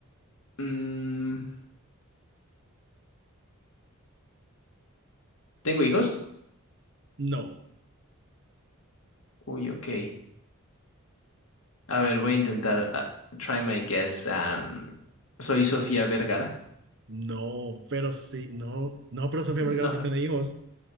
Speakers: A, on the left; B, on the right.
A: mm, ¿tengo hijos?
B: No,
A: Uy, ok. A ver, voy a intentar. ah, try my guess. Am, ¿soy Sofía Vergara?
B: no, pero sí, no, no, pero Sofía
A: No.
B: Vergara sí tiene hijos.